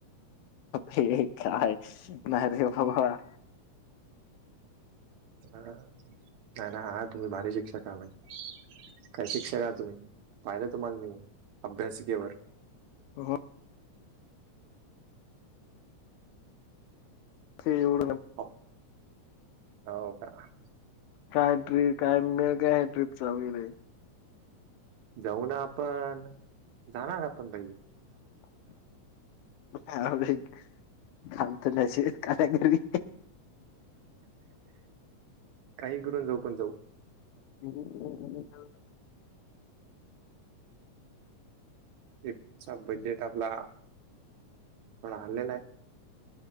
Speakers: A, on the left; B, on the right.
A: शिक् खा आहे नाही भरा.
B: ह नाही ना हा तुम्ही भारी शिक्षक आज. काय शिक्षक आ तुम्ही पाहिलं तुम्हाला मी अभ्यासिकेवर.
A: हो तेव
B: हो हो का.
A: काय ट्रीप काय काय ट्र्रीपच वगैरे.
B: जाऊ ना आपण जाणार आपण भाई.
A: <inaudible> कालत नसे का कर.
B: काही करून जाऊ पण जाऊ.
A: हम् हम.
B: एकचा बजेट आपला कोण आणलेला आहे.